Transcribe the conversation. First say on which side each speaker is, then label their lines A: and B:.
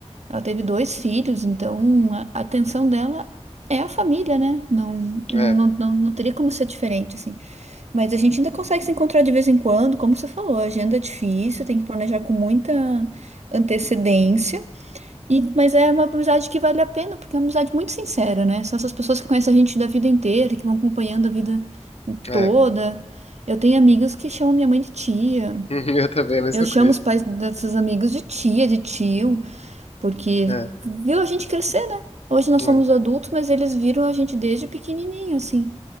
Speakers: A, on the right; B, on the left.
A: Ela teve dois filhos, então a a atenção dela é a família, né? Não, não,
B: É,
A: não, não, não teria como ser diferente, assim. Mas a gente ainda consegue se encontrar de vez em quando, como você falou, a agenda é difícil, tem que planejar com muita antecedência. E, mas é uma amizade que vale a pena, porque é uma amizade muito sincera, né? São essas pessoas que conhecem a gente da vida inteira, que vão acompanhando a vida
B: é.
A: toda. Eu tenho amigas que chamam minha mãe de tia.
B: <laughs> Eu também, a mesma
A: Eu chamo
B: coisa.
A: os pais dessas amigas de tia, de tio, porque
B: É,
A: viu a gente crescer, né? Hoje nós somos
B: é.
A: adultos, mas eles viram a gente desde pequenininho, assim.